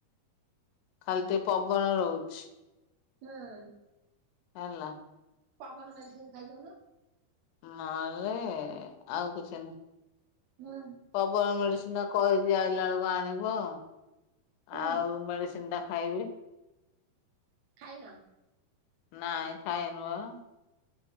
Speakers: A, on the left (about 80°); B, on the right (about 80°).
A: ଖାଲି ଟିକିଏ ପବନ ରହୁଛି।
B: ନାଇଁ
A: ହାଲୋ।
B: ପବନ ମେଡ଼ିସିନ ଖାଇଦଉନ।
A: ନହେଲେ ଆଉ କିଛି ନୁହେଁ।
B: <unintelligible>
A: ପବନ ମେଡିସିନଟା କହିଛି ଆଇଲାବେଳକୁ ଆଣିବ।
B: ହୁଁ
A: ଆଉ ମେଡିସିନ୍ ଟା ଖାଇବି।
B: ଖାଇନ?
A: ନାାଇଁ ଖାଇନୁ ଆଉ।